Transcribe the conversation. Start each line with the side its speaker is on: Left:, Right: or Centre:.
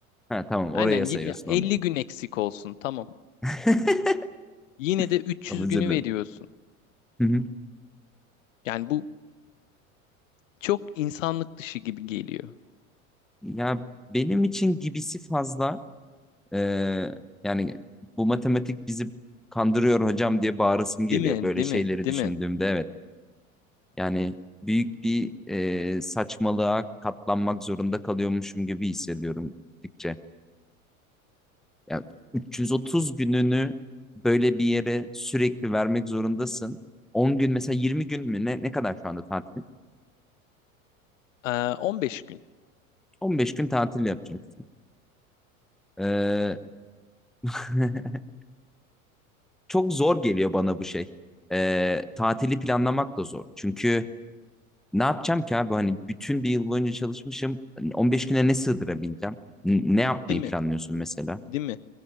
Centre: Ha tamam oraya
Left: Aynen
Centre: sayıyorsun
Left: y- ya 50
Centre: onları.
Left: gün eksik olsun tamam.
Centre: <laughs>
Left: Yine de 300
Centre: Tamam, özür
Left: günü
Centre: dilerim.
Left: veriyorsun.
Centre: Hı hı.
Left: Yani bu çok insanlık dışı gibi geliyor.
Centre: Ya benim için gibisi fazla. Ee, yani bu matematik bizi kandırıyor hocam diye bağırasım geliyor
Left: Değil mi?
Centre: böyle
Left: Değil
Centre: şeyleri
Left: mi? Değil
Centre: düşündüğümde.
Left: mi?
Centre: Evet. Yani büyük bir e, saçmalığa katlanmak zorunda kalıyormuşum gibi hissediyorum gittikçe. Yani 330 gününü böyle bir yere sürekli vermek zorundasın. 10 gün mesela 20 gün mü ne, ne kadar şu anda tatil?
Left: Ee, 15 gün.
Centre: 15 gün tatil yapacaksın. Ee, <laughs> çok zor geliyor bana bu şey. Ee, tatili planlamak da zor. Çünkü ne yapacağım ki abi? Hani bütün bir yıl boyunca çalışmışım. Hani 15 güne ne sığdırabileceğim? N- Ne yapmayı
Left: Değil mi?
Centre: planlıyorsun mesela?
Left: Değil mi?